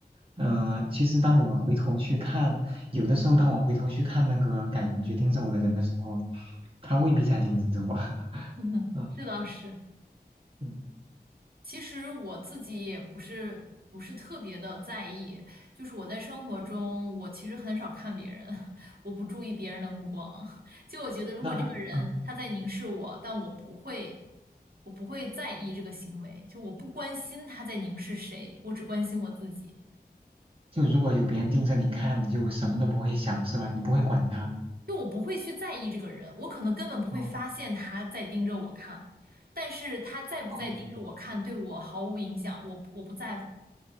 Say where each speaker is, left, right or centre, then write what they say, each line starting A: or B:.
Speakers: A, on the right; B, on the right.
A: 嗯，其实当我回头去看，有的时候当我回头去看那个感觉盯着我的人的时候，他未必在盯着我。<laughs>
B: <laughs> 嗯，
A: 嗯
B: 这倒是。
A: 嗯，
B: 其实我自己也不是不是特别的在意，就是我在生活中，我其实很少看别人，<laughs> 我不注意别人的目光。<laughs> 就我觉得，如果这个人他在凝视我，
A: 那嗯，
B: 但我不会，我不会在意这个行为，就我不关心他在凝视谁，我只关心我自己。
A: 就如果有别人盯着你看，你就什么都不会想，是吧？你不会管他。
B: 就我不会去在意这个人，我可能根本不会发现他在盯着我看，
A: 哦
B: 但是他在不在盯着我看对我毫无影响，
A: 哦，嗯
B: 我我不在乎，